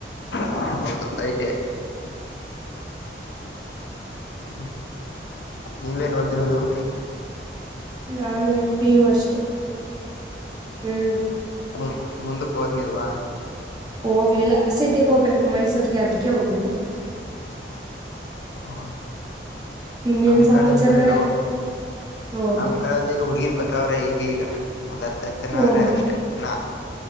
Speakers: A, on the left; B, on the right.
A: ಹಾ ಹೌದು ಐ ಟಿ ಐ ಹ್ಮ ನೀವೇನ್ ಓದಿರೋದು
B: ನಾನು ಪಿ ಯು ಅಷ್ಟೆ ಹ್ಮ್
A: ಮು ಮುಂದಕ್ ಓದಿಲ್ವ
B: ಹೋಗ್ಲಿಲ್ಲ ಸಿಟಿಗ ಹೋಗ್ಬೇಕು ಮೈಸೂರ್ಗೆ ಅದಕ್ಕೆ ಹೋಗ್ಲಿಲ್ಲ
A: ಹ
B: ಇನ್ನೇನ್
A: ನಮ್
B: ಸಮಾಚಾರ
A: ಕಳ್ದ ಬರಲ
B: ಓಹೋ
A: ನಮ್ ಕಳದ ಈಗ ಹುಡುಗಿರ್ಪ ವ್ರೆ ಈಗೀಗ ಒಂದ್ ಹತ್ತು ಹತ್ತು ಜನವ್ರೆ
B: ಓಹೋ
A: ಅಷ್ಟೆ ನಾ